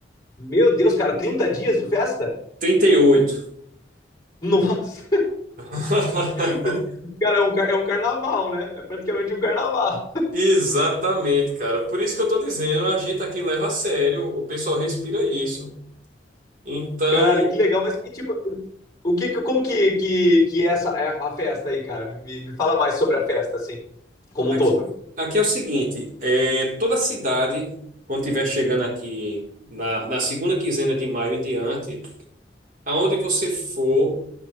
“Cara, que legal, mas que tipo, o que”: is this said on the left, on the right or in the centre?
Left